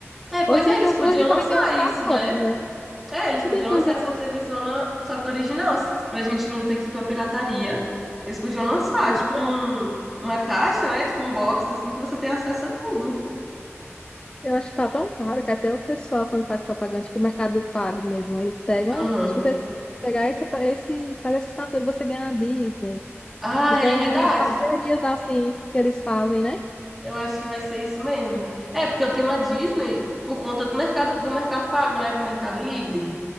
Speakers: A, in the centre; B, on the left (about 20°).
A: É, pois
B: Hoje em dia
A: é, eles
B: tem uns,
A: podiam
B: hoje em dia
A: lançar
B: também tem uns
A: isso,
B: pacotes,
A: né?
B: né?
A: É, eles
B: Se
A: podiam
B: bem que
A: lançar
B: hoje em dia
A: essa
B: tem uns.
A: TV Zona, só que original, pra gente não ter que ir pra pirataria. Eles podiam lançar,
B: Pois
A: tipo,
B: é.
A: um, uma caixa, né? Tipo, um box, assim, que você tem acesso a tudo.
B: Eu acho que tá tão caro que até o pessoal, quando faz propaganda, tipo o Mercado Pago mesmo, eles pegam.
A: Aham.
B: Se você pegar esse, esse, faz essa assinatura, você ganha a Disney.
A: Ah,
B: Tipo, tem
A: é verdade.
B: umas parcerias assim que eles fazem, né?
A: Eu acho que vai ser isso mesmo. É, porque eu tenho a Disney por conta do mercado, do mercado pago, né? Do Mercado Livre.